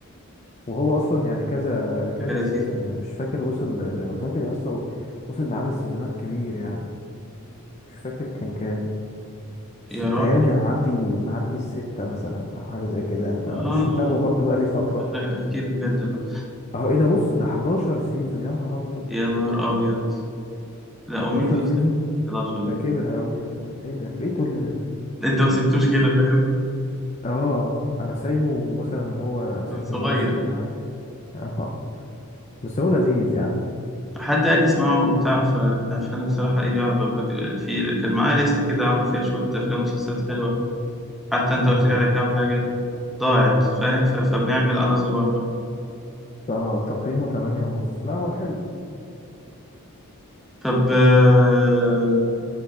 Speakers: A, on the left (about 30°); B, in the centre.
A: وهو اصلا يعني كذا كذا
B: حاجة لذيذة
A: سيزون
B: كده
A: مش فاكر وصل فاكر يا اسطى وصل لعدد سيزونات كبير يعني مش فاكر كان كام بس
B: يا
A: بتهيألي
B: راجل
A: أنا معدي ال- معدي الستة مثلا أو حاجة زي كده يعني
B: اه
A: أنا مش متابعه برضه بقالي فترة
B: ده, ده كتير بجد بقى
A: أهو إيه ده بص ده 11 سيزون يا نهار أبيض
B: يا نهار أبيض لا
A: 11
B: ومين فيه صحة
A: سيزون
B: 11
A: ده كبر أوي ده. إيه ده في إيه كل ده
B: ده أنت ما سبتوش كده فاهم
A: آه أنا سايبه مثلا وهو ست
B: كان صغير
A: مواسم ولا حاجة آه. بس هو لذيذ يعني
B: حد قال لي اسمعه وبتاع ف- ف- فانا بصراحه ايه بقى ب- بك- في كان معايا لسته كده عامل فيها شويه افلام ومسلسلات حلوه حتى انت
A: أمم.
B: قلت لي على كام حاجه ضاعت فاهم ف- فبنعمل انذر وان بقى
A: آه تقييمه تمانية ونص لا هو حلو
B: طب آه،